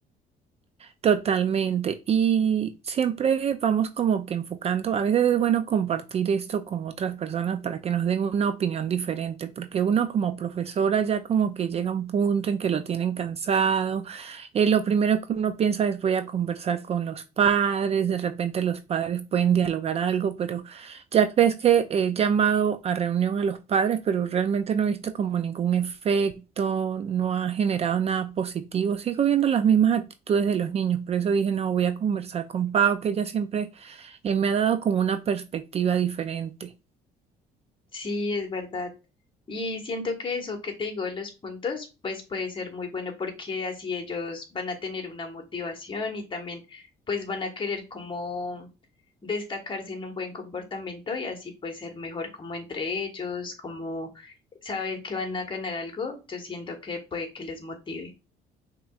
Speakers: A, on the right (about 40°); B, on the left (about 30°).
A: Totalmente. Y siempre vamos como que enfocando, a veces es bueno compartir esto con otras personas para que nos den una opinión diferente, porque uno como profesora ya como que llega a un punto en que lo tienen cansado. eh, lo primero que uno piensa es voy a conversar con los padres, de repente los padres pueden dialogar algo, pero... ya ves que he llamado a reunión a los padres, pero realmente no he visto como ningún efecto, no ha generado nada positivo. Sigo viendo las mismas actitudes de los niños, por eso dije, no, voy a conversar con Pau, que ella siempre eh, me ha dado como una perspectiva diferente.
B: Sí, es verdad. Y siento que eso que te digo de los puntos, pues puede ser muy bueno porque así ellos van a tener una motivación y también pues van a querer como destacarse en un buen comportamiento y así pues ser mejor como entre ellos, como saber que van a ganar algo, yo siento que puede que les motive.